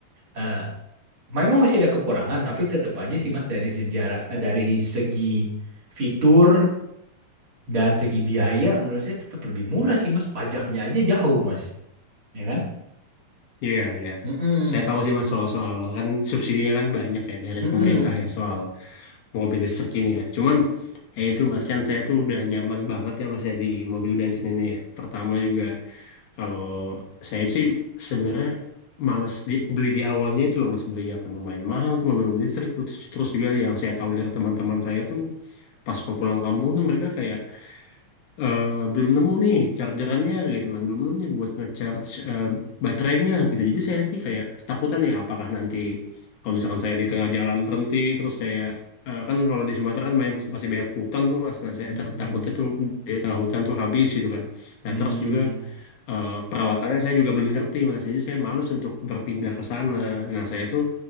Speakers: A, on the right; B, on the left.
A: eh, memang masih ada kekurangan, tapi tetap aja sih Mas dari sejarah eh, dari segi fitur dan segi biaya menurut saya tetap lebih murah sih Mas. Pajaknya aja jauh Mas, ya kan?
B: iya iya.
A: Mm-mm.
B: Saya tahu sih Mas soal-soal kan subsidinya kan banyak ya dari
A: Mm-mm.
B: pemerintah ya soal mobil listrik ini ya. Cuman ya itu Mas kan saya tuh udah nyaman banget ya Mas ya di mobil bensin ini ya. Pertama juga kalau saya sih sebenarnya males di- beli di awalnya itu loh Mas belinya kan lumayan mahal tuh mobil, mobil listrik tuh. terus terus juga yang saya tahu dari teman-teman saya tuh pas mau pulang kampung tuh mereka kayak eh, belum nemu nih chargerannya gitu kan belum nemu nih buat ngecharge eh, baterainya gitu jadi saya tuh kayak ketakutan ya apakah nanti kalau misalkan saya di tengah jalan berhenti terus kayak eh, kan kalau di Sumatera kan banyak- masih banyak hutan tuh mas nah saya
A: Mm-mm.
B: ter- takutnya tuh di tengah hutan tuh habis gitu kan
A: Hmm.
B: nah terus juga eh, perawatannya saya juga belum ngerti mas jadi saya males untuk berpindah ke sana nah saya tuh